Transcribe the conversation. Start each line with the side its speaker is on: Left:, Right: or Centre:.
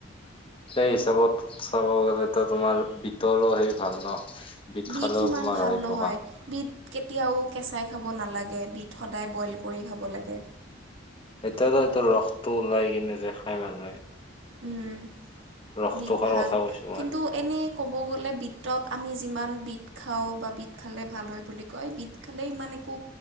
Left: সেই হিচাপত চাব গ'লে ত তোমাৰ বিতল সেই ভাল ন বিট
Right: বিধ
Left: খালেও
Right: সিমান
Left: তোমাৰ
Right: ভাল
Left: হয় এইটো
Right: নহয়
Left: কাম
Right: বিধ কেতিয়াও কেঁচাই খাব নালাগে বিট সদায় বইল কৰি খাব লাগে
Left: এতিয়াতো এইটো ৰসটো ওলাই কিনে যে খাই মানুহে
Right: উম
Left: ৰসটো
Right: বিদ
Left: খোৱাৰ
Right: ভাল
Left: কথা কৈছো মই
Right: কিন্তু এনেই ক'ব গ'লে বিটত আমি যিমান বিধ বিত খাওঁ বা বিট খালে ভাল হয় বুলি কয় বিট খালে ইমান একো